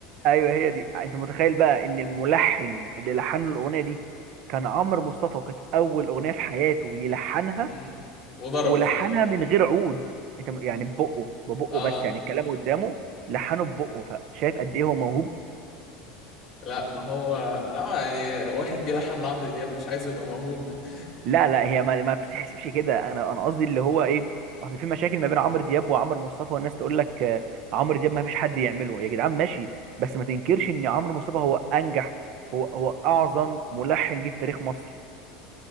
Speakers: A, on the right; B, on the left.
A: ايوه هي دي انت متخيل بقى ان الملحن اللي لحن له الاغنيه دي كان عمرو مصطفى وكانت اول اغنيه في حياته يلحنها
B: مم. وضربت
A: ولحنها من غير عود انت م- يعني ببقه ببقه
B: اه
A: بس يعني الكلام قدامه لحنه ببقه فشايف قد ايه هو موهوب
B: لا ما هو اه يعني واحد بيلحن لعمرو دياب مش عايزه يبقى موهوب <laughs>
A: لا لا هي ما, ما بتتحسبش كده انا انا قصدي اللي هو ايه اصل في مشاكل ما بين عمرو دياب وعمرو مصطفى والناس تقول لك آه، عمرو دياب ما فيش حد يعمله يا جدعان ماشي بس ما تنكرش ان عمرو مصطفى هو انجح هو هو اعظم ملحن جه في تاريخ مصر